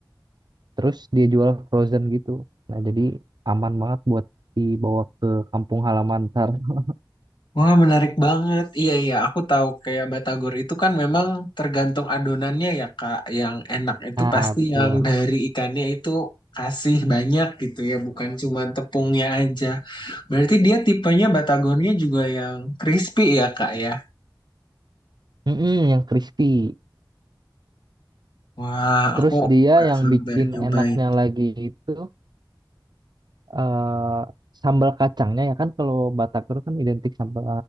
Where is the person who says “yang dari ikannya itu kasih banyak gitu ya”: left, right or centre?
Left